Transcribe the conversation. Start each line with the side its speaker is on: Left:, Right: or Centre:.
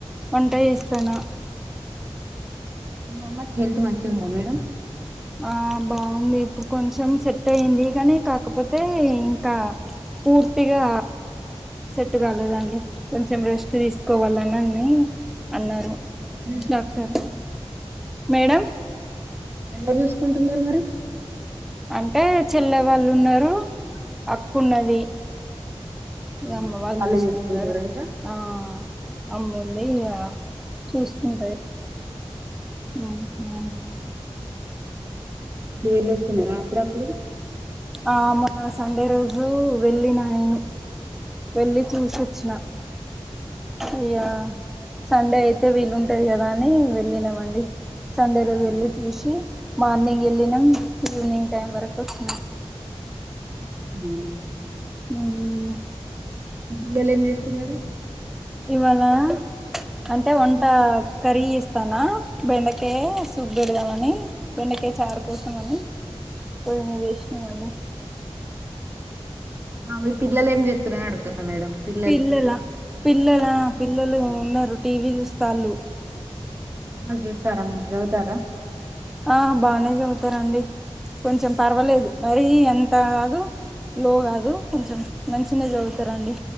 Centre: వంట జేస్తన్న.
Right: మీ అమ్మకి హెల్త్ మంచి ఉందా మేడం
Centre: ఆ బాగుంది ఇప్పుడు కొంచెం సెట్ అయింది కానీ కాకపోతే ఇంకా పూర్తిగా సెట్టు కాలేదండి కొంచెం రెస్ట్ తీసుకోవాలనిని అన్నారు
Right: ఎవరు చూసుకుంటున్నారు
Centre: డాక్టర్
Right: మరి
Centre: మేడం
Right: ఎవరు చూసుకుంటున్నారు మరి
Centre: అంటే చెల్లె వాళ్ళున్నారు అక్కన్నది
Right: ఆ
Centre: ఈగ అమ్మ వాళ్ళు
Right: వాళ్ళే
Centre: చూసుకుంటరు
Right: చూసుకుంటారా ఇగ
Centre: ఆ అమ్ము అదే ఇగ చూసుకుంటాది ఉ హు
Right: మీ వెళ్ళొస్తున్నరా అప్పుడప్పుడు
Centre: ఆ మొన్న సండే రోజు వెళ్ళిన నేను వెళ్లి చూసోచ్చిన ఇయ్యా సండే అయితే వీలుుంటాది గాదా అని వెళ్ళినామండి సండే రోజు
Right: అవును
Centre: వెళ్ళి చూసి మార్నింగ్ ఎళ్ళినాం ఈవినింగ్ టైం వరకు వచ్చినాం
Right: ఉ
Centre: మ్మ్
Right: పిల్లలు ఏం చేస్తున్నారు
Centre: ఇవాళ అంటే వంట కర్రీ ఇస్తాన బెండకేయా సూప్ పెడదామని బెండకాయ చారు కోసం అని పోయి మీద వేసినాంమండి
Right: ఆ మీ పిల్లలు ఏం చేస్తుారని అడుగుతున్నా మేడం పిల్లలు
Centre: పిల్లలా పిల్లలా ఆ పిల్లలు ఉన్నరు టీవీ చూస్తళ్ళు
Right: హోంవర్క్ జస్తారా మంచిగా చదువుతారా
Centre: ఆ బాగానే చదువుతారండి కొంచెం పర్వాలేదు మరి ఎంత గాదు లో గాదు కొంచెం మంచినే చదువుతారండి